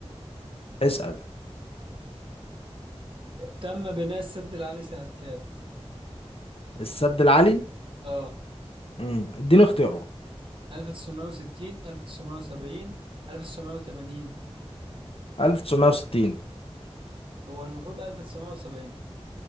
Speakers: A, on the left; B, on the right.
A: اسأل
B: تم بناء السد العالي سنة كام؟
A: السد العالي
B: اه
A: امم اديني اختياره
B: 1960 1970 1980
A: 1960
B: هو المفروض 1970